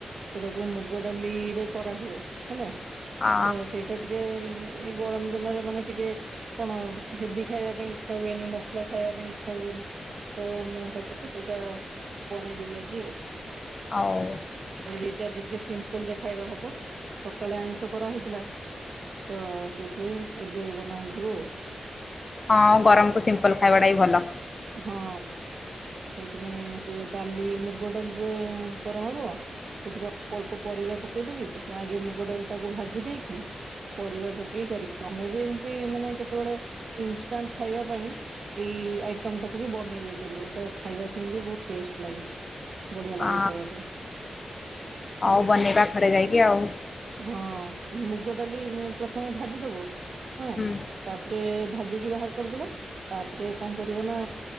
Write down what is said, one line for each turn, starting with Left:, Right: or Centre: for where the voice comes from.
Right: ସେଟାକୁ ମୁଗ ଡାଲିରେ କରାହୁୁଏ ହେଲା,
Left: ଆ
Right: ତ ସେଇ ଏଟା ଟିକେ ଏଇ ଗରମ ଦିନରେ ମାନେ ଟିକେ କଣ ହେବି ଖାଇବା ପାଇଁ ଇଚ୍ଛା ହୁଏନି, ମସଲା ଖାଇବା ପାଇଁ ଇଚ୍ଛା ହୁଏନି ତ ମୁଁ ଭାବୁଛି ସେଇଟା ବନେଇଦେବି ଆଜି ଆଉ।
Left: ଆଉ।
Right: କରିଦେଇଛି ଆଜି ଟିକେ ସିମ୍ପଲ୍ ରେ ଖାଇବା ହବ, ସକାଳେ ଆଇଁଷ କରାହଇଥିଲା। ତ ସେଇଥିପାଇଁ ଏବେ ବନା ହେଇଯିବ ଆଉ।
Left: ହଁ ଗରମ କୁ ସିମ୍ପଲ ଖାଇବାଟା ହିଁ ଭଲ।
Right: ହଁ ସେଇଥିପାଇଁ ସେ ଡାଲି ମୁଗ ଡାଲିରେ କରାହବ କେତେଟା ଅଳ୍ପ ଅଳ୍ପ ପରିବା ପକେଇଦେବି, ଆଗେ ମୁଗ ଡାଲି ଟାକୁ ଭାଜି ଦେଇକି ପରିବା ପକେଇ କରିବି, ତମେ ବି ଏମତି ମାନେ କେତେବେଳେ ଇନଷ୍ଟାଣ୍ଟ ଖାଇବା ପାଇଁ ଏଇ ଆଇଟମ୍ ଟାକୁ ବି ବନେଇ ଦେଇ ପାରିବ, ଏଇଟା ଖାଇବା ପାଇଁ ବି ବହୁତ ଟେଷ୍ଟ ଲାଗେ। ବଢିଆ ଲାଗେ
Left: ହଁ
Right: ଖାଇବା ପାଇଁ ହେଲା।
Left: ହଉ ବନେଇଵା ଘରେ ଯାଇକି ଆଉ।
Right: ହଁ ମୁଗ ଡାଲି ପ୍ରଥମେ ଭାଜି ଦବୁ, ହଁ
Left: ହୁଁ
Right: ତାପରେ ଭାଜିକି ବାହାର କରିଦେଲ, ତାପରେ କଣ କରିବ ନା